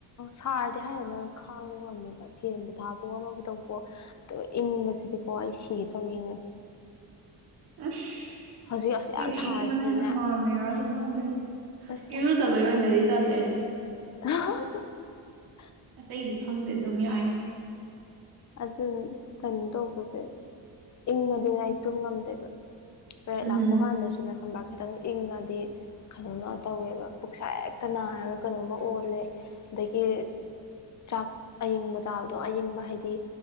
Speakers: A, on the left; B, on the right.
A: ꯁꯥꯔꯗꯤ ꯍꯥꯏꯌꯦꯅ ꯈꯥꯡꯕ ꯉꯝꯃꯦꯕ ꯐꯦꯟꯕꯨ ꯊꯥꯕꯣ ꯑꯃꯕꯨ ꯇꯧꯕꯣ ꯑꯗꯨꯒ ꯏꯪꯕ ꯁꯤ ꯀꯣꯏ ꯁꯤꯠꯇ ꯏ
B: ꯑꯁ
A: ꯍꯧꯖꯤꯛ ꯑꯁ ꯌꯥꯝ
B: ꯑꯩꯗꯤ
A: ꯁꯥꯔꯁꯤꯐꯥꯎꯅꯦ
B: ꯏꯪꯕꯅꯅ ꯄꯥꯝꯃꯦ ꯌꯥꯔꯁꯨ ꯈꯪꯗꯦ
A: ꯑꯁ
B: ꯏꯔꯨꯖꯕꯩ ꯑꯣꯏꯅꯗꯤ ꯇꯜꯂꯦ
A: ꯑ
B: ꯑꯇꯩꯗꯤ ꯈꯪꯗꯦ ꯑꯗꯨꯝ ꯌꯥꯏ
A: ꯑꯗꯨ ꯀꯩꯅꯣ ꯇꯧꯕꯁꯦ ꯏꯪꯉꯗꯤꯅꯦ ꯑꯩ ꯇꯨꯝꯉꯝꯗꯦꯕ ꯐꯦ
B: ꯎꯝꯍꯨꯝ
A: ꯂꯥꯛꯄꯣ ꯈꯟꯗꯁꯨꯅ ꯈꯝꯕꯥ ꯈꯤꯇꯪ ꯏꯪꯉꯗꯤ ꯀꯩꯅꯣꯝꯃ ꯇꯧꯋꯦꯕ ꯄꯨꯛꯁꯥꯏ ꯍꯦꯛꯇ ꯅꯥꯔꯒ ꯀꯩꯅꯣꯝꯃ ꯑꯣꯜꯂꯦ ꯑꯗꯒꯤ ꯆꯥꯛ ꯑꯌꯤꯡꯕ ꯆꯥꯕꯗꯣ ꯑꯌꯤꯡꯕ ꯍꯥꯏꯗꯤ